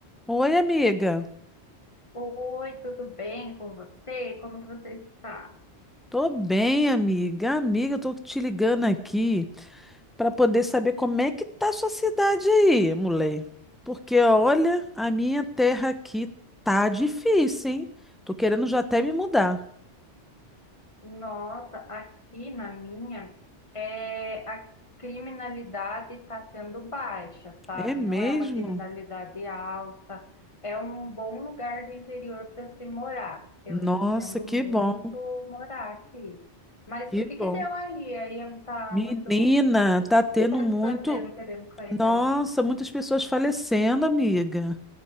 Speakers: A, in the centre; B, on the left (about 25°).
A: Oi, amiga.
B: Oi, tudo bem com você? Como que você está?
A: Tô bem, amiga. Amiga, eu tô te ligando aqui para poder saber como é que tá a sua cidade aí, mulher. Porque olha, a minha terra aqui tá difícil, hein? Tô querendo já até me mudar.
B: Nossa, aqui na minha, é, a criminalidade está tendo baixa, sabe?
A: É mesmo?
B: Não é uma criminalidade alta, é um bom lugar do interior para se morar. Eu
A: Nossa,
B: recomendo
A: que
B: muito
A: bom,
B: morar aqui. Mas
A: que
B: o que
A: bom.
B: que deu aí? Aí está
A: Menina,
B: muito... O
A: tá
B: que
A: tendo
B: está
A: muito.
B: te fazendo? Queremos sair
A: Nossa,
B: daí.
A: muitas pessoas falecendo, amiga.